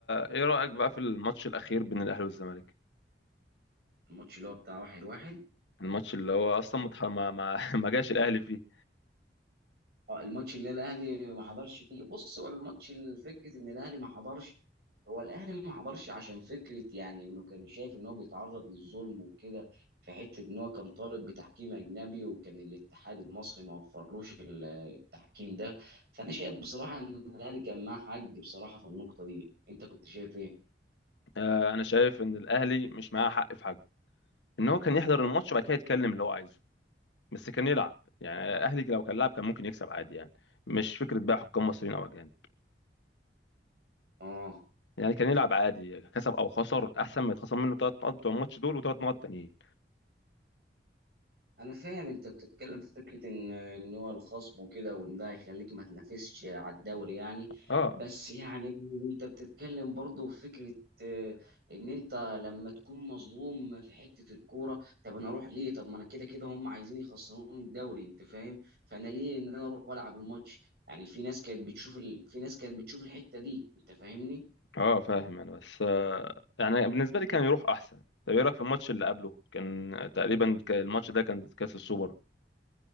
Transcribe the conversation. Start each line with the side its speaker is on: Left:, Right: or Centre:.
Left: ايه رايك بقى في الماتش الاخير بين الاهلي والزمالك
Right: الماتش اللي هو بتاع واحد واحد
Left: الماتش اللي هو اصلا متح- ما ما <laughs> ما جاش الاهلي فيه
Right: اه الماتش اللي الاهلي ما حضرش فيه بص هو الماتش الفكره ان الاهلي ما حضرش هو الاهلي ما حضرش عشان فكره يعني انه كان شايف ان هو بيتعرض للظلم وكده في حته ان هو كان طالب بتحكيم اجنبي وكان الاتحاد المصري ما وفرلوش ال- التحكيم ده فانا شايف بصراحه ان الاهلي كان معاه حق بصراحه في النقطه دي انت كنت شايف ايه؟
Left: آه انا شايف ان الاهلي مش معاه حق في حاجه ان هو كان يحضر الماتش وبعد كده يتكلم اللي هو عايزه بس كان يلعب يعني الاهلي لو كان لعب كان ممكن يكسب عادي يعني مش فكره بقى حكام مصريين او اجانب
Right: اه
Left: يعني كان يلعب عادي كسب او خسر احسن ما يتخصم منه ثلاث نقط بتوع الماتش دول وثلاث نقط تانيين
Right: انا فاهم انت بتتكلم في فكره ان ان هو الخصم وكده وان ده هيخليك ما تنافسش على الدوري يعني
Left: اه
Right: بس يعني انت بتتكلم برضه في فكره آه، ان انت لما تكون مظلوم في حته الكوره طب انا اروح ليه طب ما انا كده كده هم عايزين يخسروني الدوري انت فاهم فانا ليه ان انا اروح والعب الماتش يعني في ناس كانت بتشوف ال... في ناس كانت بتشوف الحته دي انت فاهمني
Left: اه فاهم انا بس آه يعني بالنسبه لي كان يروح احسن طب ايه رايك في الماتش اللي قبله كان تقريبا كان الماتش ده كان كاس السوبر